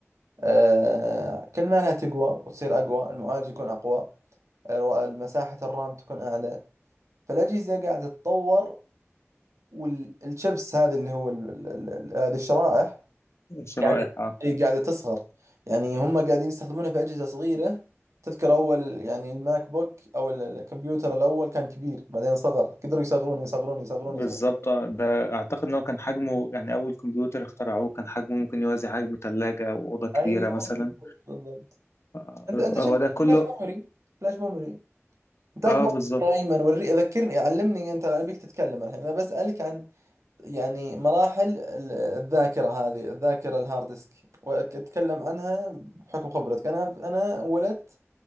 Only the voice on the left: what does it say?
شرائح
اه
بالظبط
آه. ده اعتقد ان هو كان حجمه يعني اول كمبيوتر اخترعوه كان حجمه ممكن يوازي حجم ثلاجة او اوضة كبيرة
مثلا
آه،
هو
ده كله
اه بالظبط